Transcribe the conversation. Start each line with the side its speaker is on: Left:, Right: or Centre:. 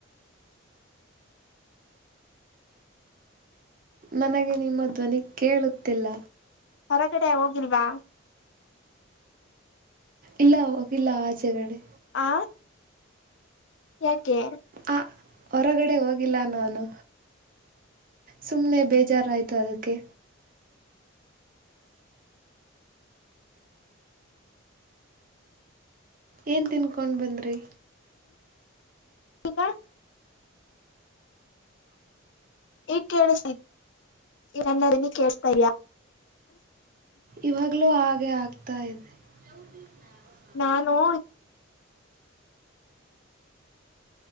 Right: ನನಗೆ ನಿಮ್ಮ ಧ್ವನಿ ಕೇಳುತ್ತಿಲ್ಲ
Left: ಹೊರಗಡೆ ಹೋಗಿಲ್ವಾ
Right: ಇಲ್ಲ ಹೋಗಿಲ್ಲ ಆಚೆಗಡೆ
Left: ಆ ಯಾಕೆ
Right: ಆ ಹೊರಗಡೆ ಹೋಗಿಲ್ಲ ನಾನು ಸುಮ್ಮನೆ ಬೇಜಾರುಾಯಿತು ಅದಕ್ಕೆ ಏನು ತನ್ ಕೊಂಡ್ ಬಂದ್ರಿ
Left: <unintelligible> ಇಗ್ ಕೇಳ್ಸ್ತಾದೀಯ ನನ್ನ ದ್ವನಿ ಕೇಳ್ತಿದಿಯ
Right: ಇವಾಗಲೂ ಹಾಗೆ ಆಗ್ತಾ ಇದೆ ಕೆವ ದಿಸ ನ <unintelligible>
Left: ನಾನು